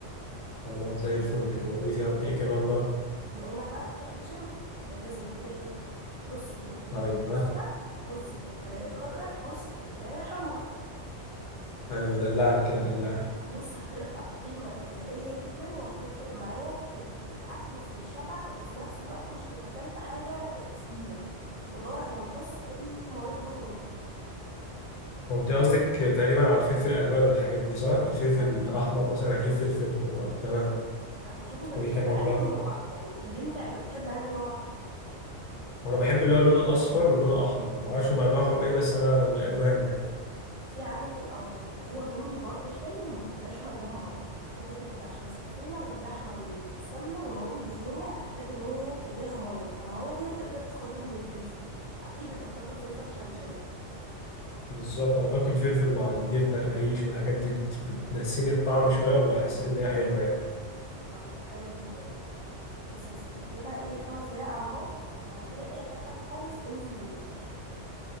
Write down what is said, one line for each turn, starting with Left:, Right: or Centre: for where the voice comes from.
Left: خلاص زي الفل كده وايه تا- إيه كمان بقى
Right: بما انك بقى بتروح الجيم يبقى لازم كده ايه نص فلفلايه
Left: ايوه
Right: صفراء نص فلفلايه خضراء نص فلفلايه حمراء
Left: ايوه دلعني كده دلعني
Right: بص هترفع القيمة الغذائية جدا وهتفرق معاك في ال- في الأكل وفي الشبع وفي نفس الوقت مش هتبقى أكلت حاجة آه، تقيلة الخضار هيمتص أي مواد دهنية
Left: وانت قصدك تقريبا على الفلفل الالوان والحاجات دي صح الفلفل
Right: مظبوط
Left: الاحمر مثلا اجيب فلفل و... آه، تمام
Right: أهو شوف أنت بتحب
Left: وايه كمان
Right: أنهي
Left: بقى
Right: نوع يعني اللي أنت بتحب أنهي نوع
Left: وانا بحب اللي هو لونه الاصفر ولونه احمر ما اعرفش هم انواعهم ايه بس انا بالالوان يعني
Right: في عندك الاخضر اللي هو الرومي برضو حلو وما بيبقاش مليان ميه احنا كده كده عشان صفينا اللحمه من السمنه والمواد الدهنيه هتحتاج ان هي يجي لها ميه فالميه دي هتقدر تاخدها من الفلفل اكيد انت بتاكل فلفل عشان الجيم
Left: بالظبط انا باكل فلفل مع الجبنه القريش والحاجات دي بت... بتنسيني الطعم شويه وبحس ان هي حلوه يعني
Right: طيب حلو جدا بس يا سيدي اديها بقى ايه خمس دقايق على النار وبعد كده اخر حاجه خالص انزل بالملح